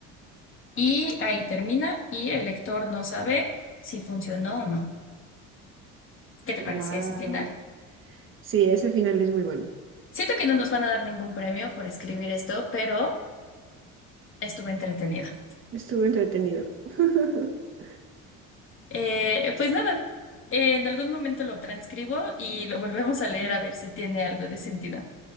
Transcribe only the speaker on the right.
Wow.
Sí, ese final es muy bueno.
Estuvo entretenido. <laughs>